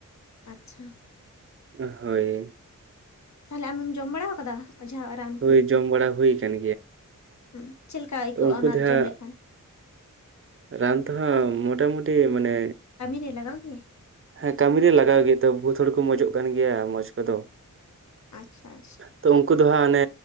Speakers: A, on the left; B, on the right.
A: ᱟᱪᱪᱷᱟ
B: ᱚᱦ-ᱦᱳᱭ
A: ᱛᱟᱦᱚᱞᱮ ᱟᱢᱮᱢ ᱡᱚᱢ ᱵᱟᱲᱟ ᱟᱠᱟᱫᱟ ᱚᱡᱷᱟ-ᱟᱜ ᱨᱟᱱ
B: ᱦᱩᱭ ᱡᱚᱢ ᱵᱟᱲᱟ ᱦᱩᱭ ᱟᱠᱟᱱᱟ <unintelligible>
A: ᱦᱩᱸ ᱪᱮᱫᱞᱮᱠᱟ ᱟᱹᱭᱠᱟᱹᱜ-ᱟ
B: ᱩᱱᱠᱩ
A: ᱚᱱᱟ
B: ᱫᱚ
A: ᱨᱮ
B: ᱦᱟᱸᱜ
A: ᱡᱚᱢ ᱞᱮᱠᱷᱟᱱ
B: ᱨᱟᱱ ᱛᱮᱦᱟᱸᱜ ᱢᱳᱚᱴᱟᱢᱩᱴᱤ ᱢᱟᱱᱮ
A: ᱠᱟᱹᱢᱤᱨᱮ ᱞᱟᱜᱟᱜ-ᱟ ᱠᱤ
B: ᱦᱮᱸ ᱠᱟᱹᱢᱤᱨᱮ ᱞᱟᱜᱟᱣ ᱜᱮᱛᱚ ᱵᱚᱦᱩᱛ ᱦᱚᱲ ᱠᱚ ᱢᱚᱸᱚᱡᱚᱜ ᱠᱟᱱ ᱜᱮᱭᱟ ᱢᱚᱸᱡᱽ ᱠᱚᱫᱚ
A: ᱟᱪᱪᱷᱟ ᱟᱪᱪᱷᱟ
B: ᱛᱚ ᱩᱱᱠᱩ ᱫᱚ ᱦᱟᱸᱜ ᱦᱟᱱᱮ